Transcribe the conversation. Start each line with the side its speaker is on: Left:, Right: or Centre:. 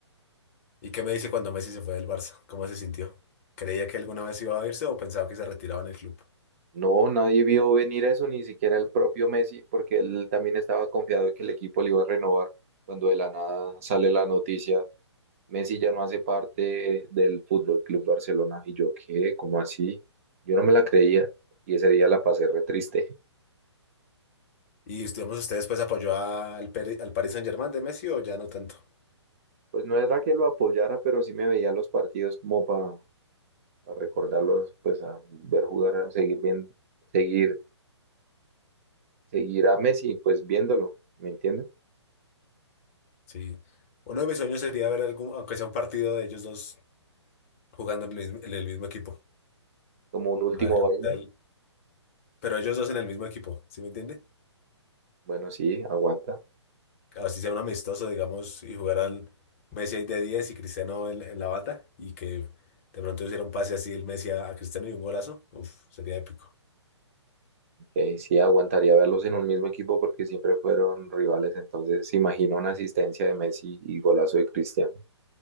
Left: ¿Y qué me dice cuando Messi se fue del Barça? ¿Cómo se sintió? ¿Creía que alguna vez iba a irse o pensaba que se retiraba en el club?
Right: No, nadie vio venir eso, ni siquiera el propio Messi, porque él también estaba confiado de que el equipo le iba a renovar cuando de la nada sale la noticia. Messi ya no hace parte del Fútbol Club Barcelona. Y yo, ¿qué? ¿Cómo así? Yo no me la creía y ese día la pasé re triste.
Left: Y estuvimos ustedes, pues apoyó al, Peri- al Paris Saint-Germain de Messi o ya no tanto.
Right: Pues no era que lo apoyara, pero sí me veía los partidos como para recordarlos, pues a ver jugar, a seguir viendo, seguir, seguir a Messi, pues viéndolo, ¿me entiendes?
Left: Sí. Uno de mis sueños sería ver algún, aunque sea un partido de ellos dos jugando en el mismo, en el mismo equipo.
Right: Como un último
Left: A ver qué
Right: baile.
Left: tal. Pero ellos dos en el mismo equipo, ¿sí me entiende?
Right: Bueno, sí, aguanta.
Left: así sea un amistoso, digamos, y jugaran Messi ahí de 10 y Cristiano en, en la bata, y que de pronto hiciera un pase así el Messi a, a Cristiano y un golazo, uf, sería épico,
Right: ok, sí, aguantaría verlos en un mismo equipo porque siempre fueron rivales. Entonces, se imagina una asistencia de Messi y golazo de Cristiano.